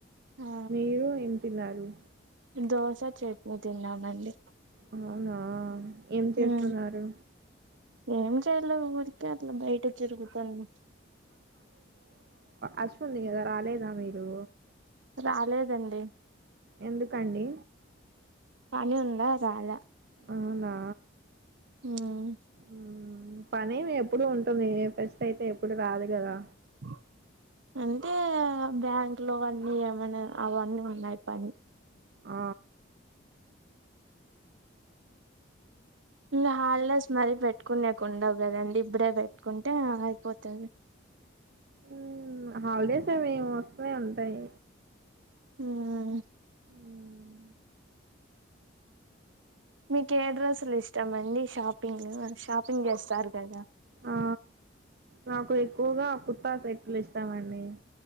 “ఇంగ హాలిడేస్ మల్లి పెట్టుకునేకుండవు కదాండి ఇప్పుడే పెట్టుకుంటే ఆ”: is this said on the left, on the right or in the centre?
Right